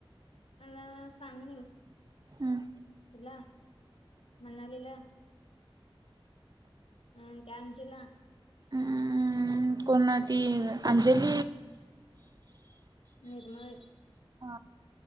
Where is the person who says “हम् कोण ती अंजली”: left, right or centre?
Right